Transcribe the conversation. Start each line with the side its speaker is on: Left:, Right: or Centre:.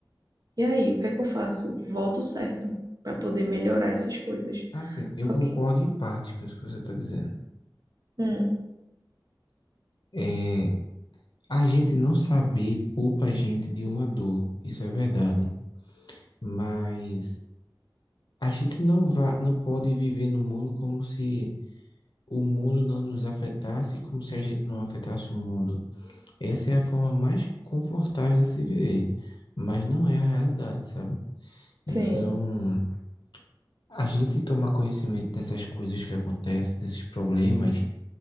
Right: E aí, o que é que eu faço? Voto certo para poder melhorar essas coisas.
Left: Assim,
Right: Só
Left: eu concordo
Right: que,
Left: em parte com isso que você tá dizendo.
Right: hum,
Left: É, A gente não saber poupa a gente de uma dor, isso é verdade, mas a gente não vai, não pode viver no mundo como se o mundo não nos afetasse, como se a gente não afetasse o mundo. Essa é a forma mais confortável de se viver, mas não é a realidade, sabe?
Right: sim,
Left: Então, a gente tomar conhecimento dessas coisas que acontecem, desses problemas,